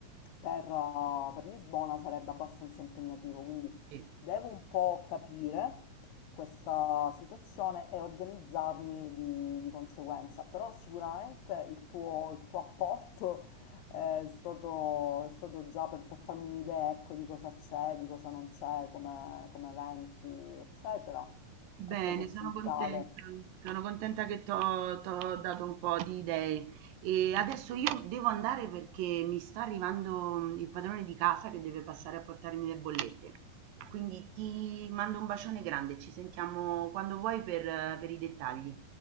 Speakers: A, on the left; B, on the right.
A: per, eh, per Lisbona sarebbe abbastanza impegnativo, quindi
B: Sì.
A: devo un po' capire questa situazione e organizzarmi di, di conseguenza, però sicuramente il tuo, il tuo apporto è stato, è stato già per, per farmi un'idea, ecco, di cosa c'è, di cosa non c'è, come, come eventi, eccetera, è
B: Bene,
A: stato essenziale.
B: sono contenta, sono contenta che ti ho dato un po' di idee. E adesso io devo andare perché mi sta arrivando mm, il padrone di casa che deve passare a portarmi le bollette. Quindi ti mando un bacione grande, ci sentiamo quando vuoi per eh, per i dettagli.